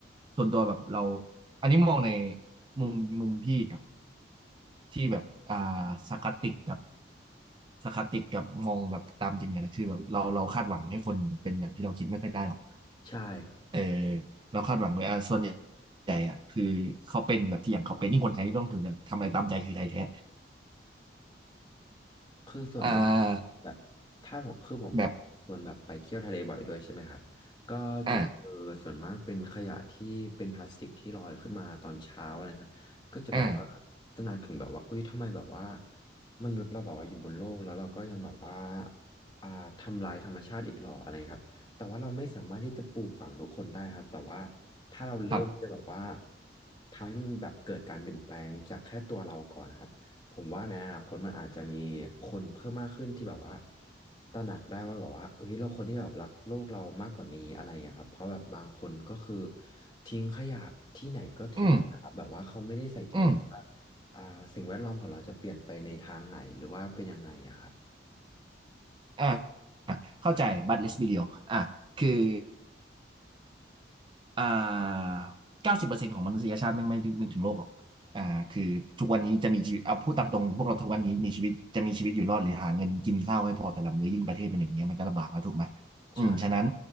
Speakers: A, on the right; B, on the left.
A: ส่วนตัวแบบเราอันนี้มองในมุมมุมพี่ครับที่แบบอ่าสารคาสติกกับสารคาสติกกับมองแบบตามจริงเนี่ยนะคือแบบเราเราคาดหวังให้คนเป็นอย่างที่เราคิดไม่ค่อยได้หรอก
B: ใช่ครับ
A: เออเราคาดหวังเลยอ่าส่วนใหญ่อะคือเขาเป็นแบบที่อย่างเขาเป็นนี่คนไทยนี่ไม่ต้องถึงเนี่ยทำอะไรตามใจคือไทยแท้
B: คือส่วนมาก
A: อ่า
B: แบบถ้าผมคือผมอะคนแบบไปเที่ยวทะเลบ่อยด้วยใช่ไหมครับก็จะเจอส่วนมากเป็นขยะที่เป็นพลาสติกที่ลอยขึ้นมาตอนเช้าอะไรครับก็จะแบบว่า
A: แบบอ่าอ่า
B: ตระหนักถึงแบบว่าเอ้ยทำไมแบบว่ามนุษย์เราแบบว่าอยู่บนโลกแล้วเราก็ยังแบบว่าอ่าทำลายธรรมชาติอีกหรออะไรครับแต่ว่าเราไม่สามารถที่จะปลูกฝังทุกคนได้ครับแต่ว่าถ้าเราเริ่มจะแบบว่า
A: ครับ
B: ทำให้มันแบบเกิดการเปลี่ยนแปลงจากแค่ตัวเราก่อนนะครับ ผมว่าในอนาคตมันอาจจะมีคนเพิ่มมากขึ้นที่แบบว่าตระหนักได้ว่าแบบว่าเอ้ยเราคนที่แบบรักโลกเรามากกว่านี้อะไรอย่างเงี้ยครับเพราะแบบบางคนก็คือทิ้งขยะที่ไหนก็ทิ้งนะครับแบบว่าเขาไม่ได้ใส่ใจเลยว่า
A: อืมอืม
B: อ่าสิ่งแวดล้อมของเราจะเปลี่ยนไปในทางไหนหรือว่าเป็นยังไงอะครับ
A: อ่า เข้าใจ but let's be real อ่ะคืออ่าเก้าสิบเปอร์เซ็นต์ของมนุษยชาติไม่งไม่นึกถึงโลกหรอกอ่าคือทุกวันนี้จะมีชีวิตเอาพูดตามตรงพวกเราทุกวันนี้มีชีวิตจะมีชีวิตอยู่รอดหรือหาเงินกินข้าวให้พอแต่ละมื้อยิ่งประเทศเป็นอย่างเงี้ยมันก็ลำบากแล้วถูกไหม
B: ใช่
A: อืมฉะนั้น